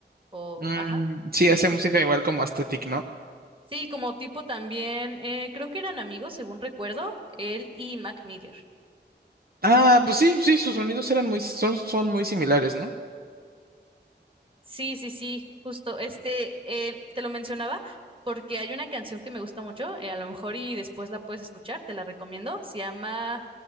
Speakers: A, on the right (about 30°); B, on the right (about 55°).
A: O,
B: Mm,
A: ajá.
B: sí, hace música igual como Aesthetic, ¿no?
A: Sí, como tipo también, eh, creo que eran amigos, según recuerdo, él y Mac Miller.
B: Ah, pues sí, sí, sus sonidos eran muy, son, son muy similares, ¿no?
A: Sí, sí, sí, justo. Este, eh, te lo mencionaba porque hay una canción que me gusta mucho, eh, a lo mejor y después la puedes escuchar, te la recomiendo. Se llama